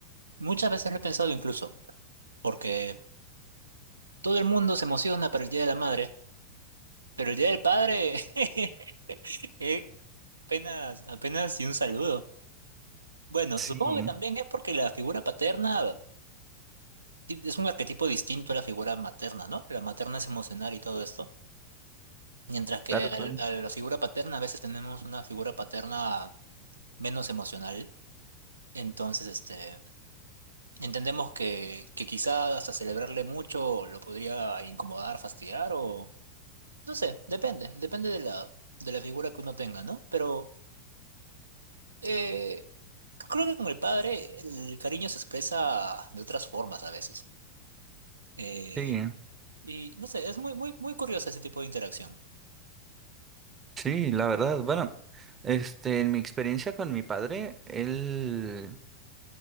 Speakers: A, on the right (about 75°); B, on the right (about 20°).
A: Muchas veces lo he pensado incluso, porque todo el mundo se emociona para el Día de la Madre, pero el Día del Padre <laughs> eh, apenas, apenas y un saludo. Bueno,
B: Sí,
A: supongo que también es porque la figura paterna sí, es un arquetipo distinto a la figura materna, ¿no? La materna es emocional y todo esto, mientras que
B: claro,
A: al-
B: claro.
A: a la figura paterna a veces tenemos una figura paterna menos emocional, entonces este... Entendemos que, que quizás hasta celebrarle mucho lo podría incomodar, fastidiar o no sé, depende, depende de la, de la figura que uno tenga, ¿no? Pero eh, creo que con el padre el cariño se expresa de otras formas a veces. Eh,
B: Sí,
A: y no sé, es muy, muy, muy curioso ese tipo de interacción.
B: sí, la verdad. Bueno, este, en mi experiencia con mi padre, él